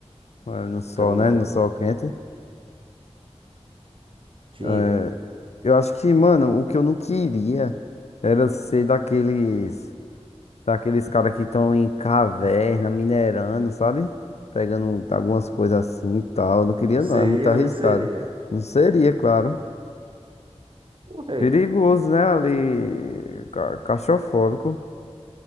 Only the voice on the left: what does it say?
É, no sol,
né? No
sol quente.
É, eu acho que, mano, o que eu não queria era ser daqueles. Daqueles caras que estão em caverna, minerando, sabe? Pegando algumas coisas assim e tal. Eu não queria,
não, é muito arriscado.
Não seria, claro.
Perigoso, né? Ali, ca- claustrofóbico.